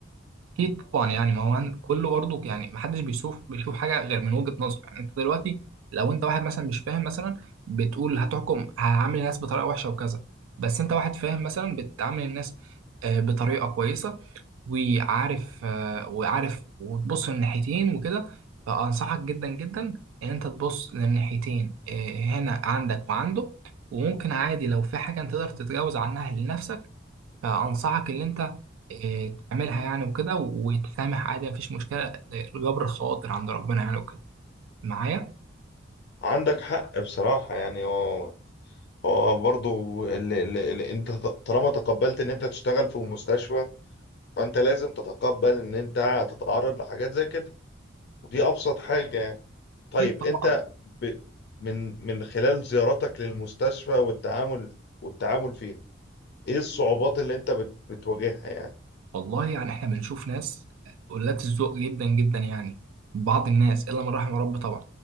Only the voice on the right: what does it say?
اكيد طبعا يعني ما هو أن- كله برضه يعني ما حدش بيشوف بيشوف حاجه غير من وجهه نظره يعني انت دلوقتي لو انت واحد مثلا مش فاهم مثلا بتقول هتحكم هعامل الناس بطريقه وحشه وكذا بس انت واحد فاهم مثلا بتعامل الناس آه، بطريقه كويسه وعارف آه، وعارف وتبص للناحيتين وكده فانصحك جدا جدا ان انت تبص للناحيتين آه، هنا عندك وعنده وممكن عادي لو في حاجه انت تقدر تتجاوز عنها لنفسك فأنصحك إن أنت آه، تعملها يعني وكده وتسامح عادي مفيش مشكلة جبر خواطر عند ربنا يعني وكده معايا
أكيد طبعا
والله يعني إحنا بنشوف ناس قلات الذوق جدا جدا يعني بعض الناس إلا من رحم ربي طبعا